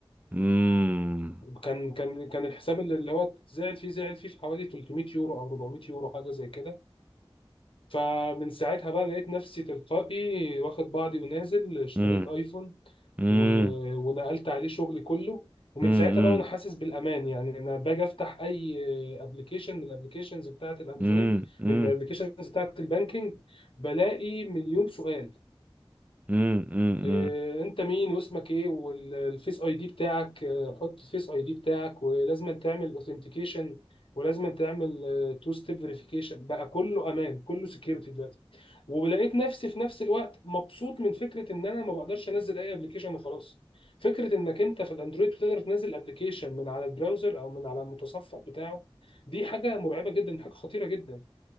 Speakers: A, on the right (about 15°); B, on the left (about 65°).
A: امم
B: كان كان كان الحساب اللي اللي هو زعل فيه زعل فيه في حوالي 300 يورو او 400 يورو حاجه زي كده فمن ساعتها بقى لقيت نفسي تلقائي واخد بعضي ونازل اشتريت
A: امم
B: ايفون
A: امم
B: و... ونقلت عليه شغلي كله ومن
A: امم
B: ساعتها بقى وانا حاسس بالامان يعني انا باجي افتح اي ابلكيشن من الابلكيشنز بتاعه الاندرويد
A: امم
B: من الابلكيشنز بتاعه البانكينج بلاقي مليون سؤال
A: امم امم
B: آه، انت مين واسمك ايه والفيس اي دي بتاعك آه، حط الفيس اي دي بتاعك ولازم تعمل اوثنتيكيشن ولازم تعمل تو ستيب فيريفيكيشن بقى كله امان كله سكيورتي دلوقتي ولقيت نفسي في نفس الوقت مبسوط من فكره ان انا ما بقدرش انزل اي ابلكيشن وخلاص فكره انك انت في الاندرويد بتقدر تنزل ابلكيشن من على البراوزر او من على المتصفح بتاعه دي حاجه مرعبه جدا حاجه خطيره جدا